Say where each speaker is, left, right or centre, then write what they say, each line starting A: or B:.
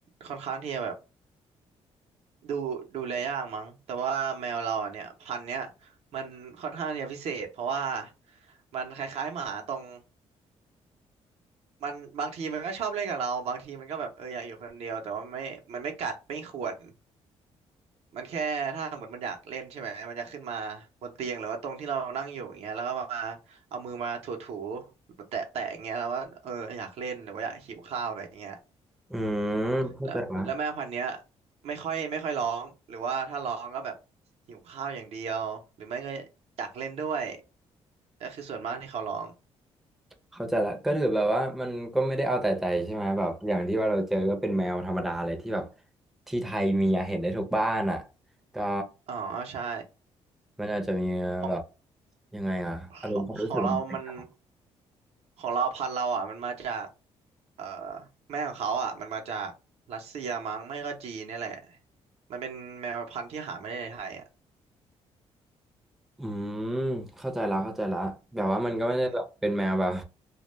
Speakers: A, on the right; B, in the centre.
A: ค่อนข้างที่จะแบบดูดูแลยากมั้งแต่ว่าแมวเราอ่ะเนี่ยพันธุ์เนี้ยมันค่อนข้างที่จะพิเศษเพราะว่ามันคล้ายๆหมาตรง มันบางทีมันก็ชอบเล่นกับเราบางทีมันก็แบบเอออยากอยู่คนเดียวแต่ว่าไม่มันไม่กัดไม่ข่วนมันแค่ถ้าหมดมันอยากเล่นใช่ไหมมันจะขึ้นมาบนเตียงหรือว่าตรงที่เรานั่งอยู่อย่างเงี้ยแล้วก็มาเอามือมาถูๆแบบแตะๆอย่างเงี้ยแล้วก็เอออยากเล่นหรือว่าอยากหิวข้าวอะไรอย่างเงี้ย
B: อืมเข้าใจละ
A: แล้วแล้วแม่พันธุ์เนี้ยไม่ค่อยไม่ค่อยร้องหรือว่าถ้าร้องก็แบบหิวข้าวอย่างเดียวหรือไม่ก็อยากเล่นด้วยก็คือส่วนมากที่เขาร้อง
B: เข้าใจละก็ถือแบบว่ามันก็ไม่ได้เอาแต่ใจใช่ไหมแบบอย่างที่ว่าเราเจอก็เป็นแมวธรรมดาเลยที่แบบที่ไทยมีอะเห็นได้ทุกบ้านอ่ะก็
A: อ๋อใช่
B: มันอาจจะมีแบบ
A: ของ
B: ยังไงอ่ะอารมณ์ความรู้สึกมันแตกต่าง
A: ของของเรามันของเราพันธุ์เราอ่ะมันมาจากเอ่อแม่ของเขาอ่ะมันมาจากรัสเซียมั้งไม่ก็จีนเนี่ยแหละ มันเป็นแมวพันธุ์ที่หาไม่ได้ในไทยอ่ะ
B: อืมเข้าใจละเข้าใจละแบบว่ามันก็ไม่ได้แบบเป็นแมวแบบ
A: อือหือ